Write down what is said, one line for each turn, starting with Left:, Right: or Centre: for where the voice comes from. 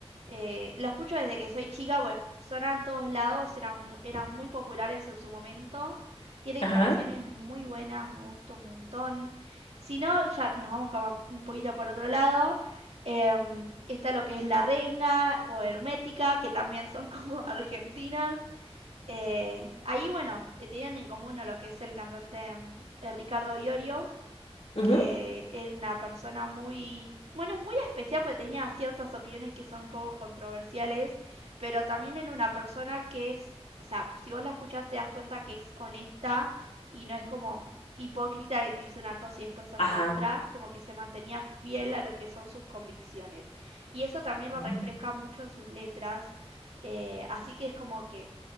Right: Eh, lo escucho desde que soy chica, pues sonan en todos lados, eran, mu- eran muy populares en su momento. Tienen
Left: ajá,
Right: canciones muy buenas, me gusta un montón. Si no, ya nos vamos capaz un poquito por otro lado. Em, está lo que es La Renga o Hermética, que también son como <laughs> argentinas. Eh, ahí, bueno, eh, tenían en común a lo que es el cantante mm, eh, Ricardo Iorio,
Left: ujú,
Right: que es una persona muy, bueno, es muy especial porque tenía ciertas opiniones que son un poco controversiales, pero también era una persona que es, o sea, si vos la escuchás te das cuenta que es honesta y no es como hipócrita que te dice una cosa y después hace
Left: ajá.
Right: otra, como que se mantenía fiel a lo que son sus convicciones. Y eso también
Left: Ah,
Right: lo refleja mucho en sus letras, eh, así que es como que